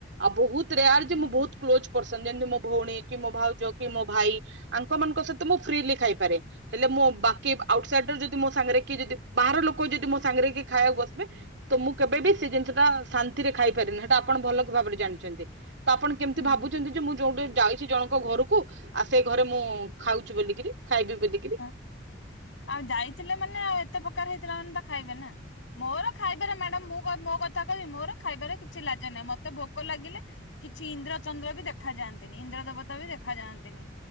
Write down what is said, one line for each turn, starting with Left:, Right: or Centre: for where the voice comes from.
Right: ଆଉ ବହୁତ ରେୟାର
Left: ହୁଁ
Right: ଯେ ମୁଁ
Left: ହୁଁ।
Right: ବହୁତ କ୍ଲୋଜ ପର୍ସନ ଯେମିତି ମୋ ଭଉଣୀ କି ମୋ ଭାଉଜ କି ମୋ ଭାଇ। ଆଙ୍କ ମାନଙ୍କ ସହିତ ମୁଁ ଫ୍ରିଲି ଖାଇପାରେ। ହେଲେ ମୁଁ ବାକି ଆଉଟ ସାଇଡର ଯଦି ମୋ ସାଙ୍ଗରେ କି ଯଦି ବାହାର ଲୋକ ଯଦି ମୋ ସାଙ୍ଗରେ କି ଖାଇବାକୁ ବସିବେ। ତ ମୁଁ କେବେ ବି ସେ ଜିନିଷ ଟା ଶାନ୍ତିରେ ଖାଇପାରିନି ହେଟା ଆପଣ ଭଲ ଭାବରେ ଜାଣିଛନ୍ତି। ଆପଣ କେମିତି
Left: ହୁଁ
Right: ଭାବୁଛନ୍ତି। ଯେ ମୁଁ ଯୋଉଠି ଯାଇଛି ଜଣଙ୍କ ଘରକୁ ଆଉ ସେଇ ଘରେ ମୁଁ ଖାଉଛି ବୋଲିକିରି ଖାଇବି ବୋଲିକିରି।
Left: ହଁ। ଆଉ ଯାଇଥିଲେ ମାନେ ଆଉ ଏତେ ପ୍ରକାର ହେଇଥିଲା ମାନେ ତା ଖାଇବେ ନା ମୋର ଖାଇବେ ନା ମ୍ୟାଡମ୍ ମୁଁ ମୋ କ ମୋ କ କଥା କହିବି ମୋର ଖାଇବାର କିଛି ଲାଜ ନାହିଁ ମତେ ଭୋକ ଲାଗିଲେ କିଛି ଇନ୍ଦ୍ର ଚନ୍ଦ୍ର ବି ଦେଖାଯାଆନ୍ତିନି ଇନ୍ଦ୍ର ଦେବତା ବି ଦେଖାଯାଆନ୍ତିନି।